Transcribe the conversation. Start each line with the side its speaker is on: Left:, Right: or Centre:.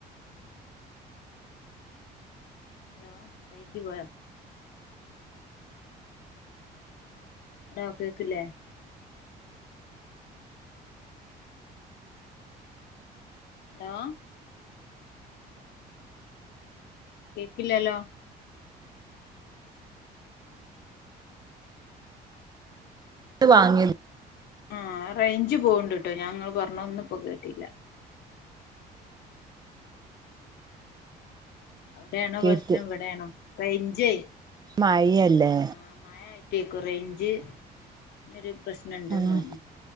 Left: ഹലോ റേഞ്ച് പോയോ ഹലോ കേൾകിലെ ഹലോ കേക്കില്ലല്ലോ
Right: അത് വാങ്ങി
Left: ആ റേഞ്ച് പോണ്ട്ട്ടോ ഞ ഇങ്ങൾ പറഞ്ഞെ ഒന്നും ഇപ്പോ കേട്ടില്ല അവിടെയാണോ
Right: കേറ്റ്
Left: പ്രശ്നം ഇവിടെയാണോ റേഞ്ചേ
Right: മഴയല്ലേ
Left: ആ മയായിട്ടേ കുറെ ഒരു ഒരു പ്രശ്നുണ്ട്ന്ന്
Right: ആഹ്
Left: തോന്നു